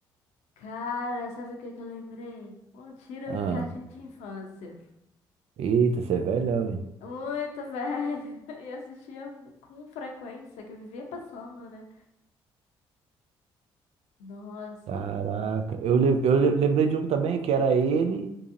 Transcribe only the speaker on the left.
Cara, sabe o que que eu lembrei? Um tiro
no jardim de infância.
Muito velho. <laughs> E assistia mu- com frequência, que eu vivia passando, né? Nossa.